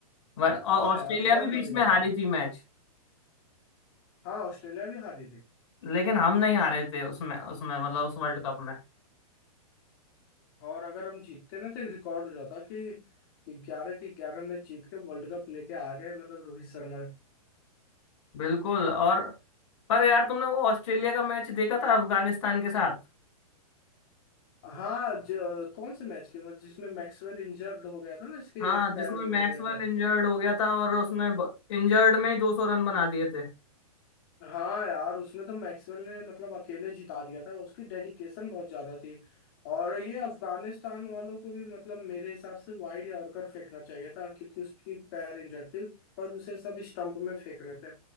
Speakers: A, on the left; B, on the left.
A: वर- और
B: हाँ
A: ऑस्ट्रेलिया
B: यार बहुत
A: भी बीच
B: बड़ी
A: में
B: बात
A: हारी
B: है
A: थी मैच
B: हाँ ऑस्ट्रेलिया भी हारी थी
A: लेकिन हम नहीं हारे थे उसमें उसमें मतलब उस वर्ल्ड कप में
B: और अगर हम जीतते ना तो एक रिकॉर्ड हो जाता कि ग्यारह के ग्यारह मैच जीत के वर्ल्ड कप लेके आ गए मतलब रोहित शर्मा
A: बिल्कुल और पर यार तुमने वो ऑस्ट्रेलिया का मैच देखा था अफगानिस्तान के साथ
B: हाँ ज, कौन से मैच के मतलब जिसमें मैक्सवेल इंजर्ड हो गया था ना इसके
A: हाँ
B: एक
A: जिसमें
B: पैर वो
A: मैक्सवेल
B: हो गया था
A: इंजर्ड हो गया था और उसने इंजर्ड में ही 200 रन बना दिए थे
B: हाँ यार उसमें तो मैक्सवेल ने मतलब अकेले जिता दिया था उसकी डेडिकेशन बहुत ज्यादा थी और ये अफगानिस्तान वालों को भी मतलब मेरे हिसाब से वाइड यॉर्कर फेंकना चाहिए था क्योंकि उसकी पैर इंजर्ड थी पर उसे सब स्टंप में फेंक रहे थे